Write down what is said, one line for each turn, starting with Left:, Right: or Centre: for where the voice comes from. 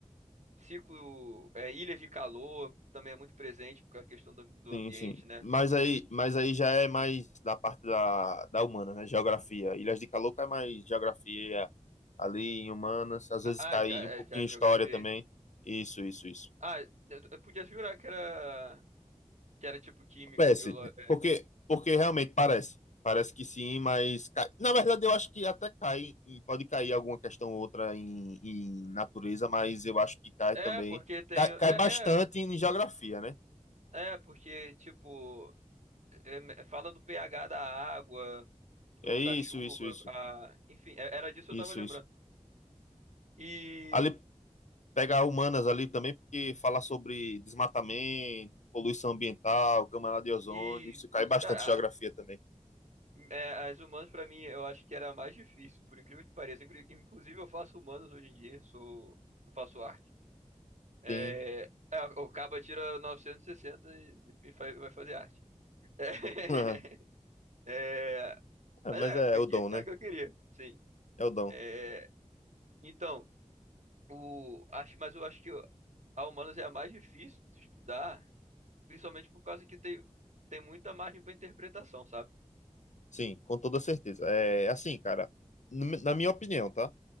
Right: Ciclo, é, ilhas de calor também é muito presente por causa da questão do, do
Left: Sim,
Right: ambiente,
Left: sim.
Right: né?
Left: Mas aí, mas aí já é mais da parte da, da humana, né? Geografia. Ilhas de Calor cai mais geografia ali em humanas, às vezes
Right: Ah,
Left: cai
Right: ah, já, é,
Left: um pouquinho
Right: já a
Left: em história
Right: geografia
Left: também.
Right: é isso?
Left: Isso, isso, isso.
Right: Ah, eu, eu podia jurar que era, que era tipo química,
Left: Parece,
Right: biológica.
Left: porque, porque realmente parece. Parece que sim, mas cai. Na verdade, eu acho que até cai, e pode cair alguma questão ou outra em, em natureza, mas eu acho que cai
Right: É,
Left: também.
Right: é, porque tem.
Left: Cai, cai
Right: É,
Left: bastante
Right: é,
Left: em geografia, né?
Right: é porque, tipo, é- é- fala do pH da água, do,
Left: É isso,
Right: da chuva,
Left: isso, isso.
Right: a, enfim, é- era disso que
Left: Isso,
Right: eu tava lembrando.
Left: isso.
Right: E.
Left: ali pegar humanas ali também, porque falar sobre desmatamento, poluição ambiental, camada de ozônio,
Right: e
Left: isso
Right: Isso,
Left: cai
Right: isso.
Left: bastante
Right: Cara,
Left: em geografia também.
Right: É, as humanas pra mim eu acho que era a mais difícil, por incrível que pareça. Inclu- Inclusive eu faço humanas hoje em dia, sou eu faço arte. É,
Left: Sim.
Right: é, o Caba tira 960 e, sessenta e e fa- vai fazer arte. <laughs>
Left: Aham.
Right: É,
Left: É,
Right: mas
Left: mas
Right: é,
Left: é,
Right: porque eu
Left: o
Right: queria,
Left: dom, né?
Right: é o que eu queria, sim.
Left: É o dom.
Right: É, então, o, acho, mas eu acho que a humanas é a mais difícil de estudar, principalmente por causa que tem, tem muita margem pra interpretação, sabe?
Left: Sim, com toda certeza. É assim, cara, n- na minha opinião, tá?